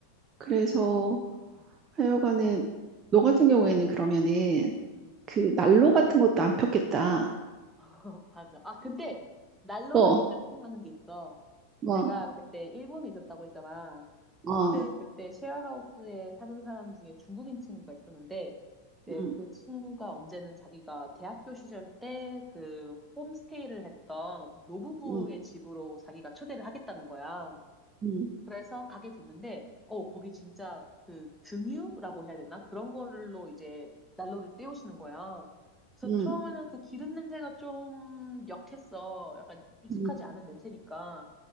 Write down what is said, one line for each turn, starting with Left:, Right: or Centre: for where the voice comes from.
Right: 그래서
Centre: 음.
Right: 하여간에 너 같은 경우에는 그러면은
Centre: 음.
Right: 그 난로 같은 것도 안 폈겠다.
Centre: <laughs> 맞아. 아, 근데 날로
Right: 어,
Centre: 하니까 생각나는 게 있어.
Right: 막,
Centre: 내가 그때 일본에 있었다고 했잖아.
Right: 어,
Centre: 네, 그때 쉐어하우스에 사는 사람 중에 중국인 친구가 있었는데, 네,
Right: 음,
Centre: 그 친구가 언제는 자기가 대학교 시절 때 그 홈스테이를 했던 어떤 노부부의
Right: 음,
Centre: 집으로 자기가 초대를 하겠다는 거야.
Right: 음,
Centre: 그래서 가게 됐는데, 어, 거기 진짜 그 등유라고 해야 되나? 그런 거로 이제 난로를 때우시는 거야. 그래서
Right: 음,
Centre: 처음에는 그 기름 냄새가 좀 역했어. 약간 익숙하지
Right: 음,
Centre: 않은 냄새니까.